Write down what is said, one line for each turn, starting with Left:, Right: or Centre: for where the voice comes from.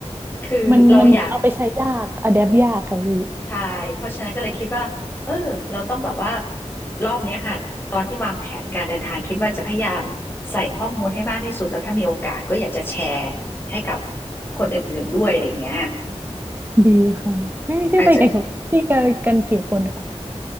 Left: คือเราอยาก
Right: มันมันเอาไปใช้ยากอะแดปยากค่ะพี่
Left: ใช่ เพราะฉะนั้นก็เลยคิดว่าเออเราต้องแบบว่ารอบเนี้ยค่ะ ตอนที่วางแผนการเดินทางคิดว่าจะพยายามใส่ข้อมูลให้มากที่สุด แล้วถ้ามีโอกาสก็อยากจะแชร์ให้กับคนอื่นๆด้วยอะไรเงี้ย
Right: ดีค่ะพี่พี่ไปกันพี่กันกันกี่คนค่ะ
Left: อาจจะ